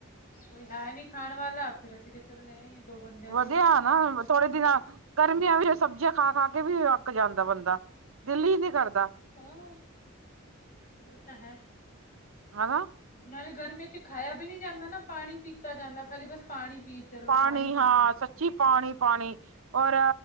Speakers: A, on the left; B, on the right.
A: ਕੋਈ ਹੈ ਨੀ ਖਾਣ ਵਾਲਾ, ਫੇਰ ਅਸੀਂ ਚੱਲ, ਲੈ ਆਈਏ। ਦੋ ਬੰਦਿਆਂ ਅਸੀਂ
B: ਵਧੀਆ
A: ਕਿੱਥੇ
B: ਹਨਾ,
A: ਬਣਾਦੇ ਬੈਠੇ
B: ਥੋੜੇ ਦਿਨਾਂ ਗਰਮੀਆਂ ਵਿੱਚ ਸਬਜ਼ੀਆਂ ਖਾ-ਖਾਕੇ, ਵੀ ਅੱਕ ਜਾਂਦਾ ਬੰਦਾ, ਦਿੱਲ ਹੀ ਨਹੀਂ ਕਰਦਾ।
A: ਹੂੰ, ਉਹ ਤਾ ਹੈ।
B: ਆਵਾ?
A: ਨਾਲੇ ਗਰਮੀਆਂ'ਚ ਖਾਇਆ ਵੀ ਨਹੀਂ ਜਾਂਦਾ ਨਾ, ਪਾਣੀ ਪੀਤਾ ਜਾਂਦਾ ਖਾਲੀ, ਬਸ ਪਾਣੀ ਪੀ ਚੱਲੋ
B: ਪਾਣੀ, ਹਾਂ
A: ਪੀ ਚੱਲੋ
B: ਸੱਚੀ ਪਾਣੀ-ਪਾਣੀ ਔਰ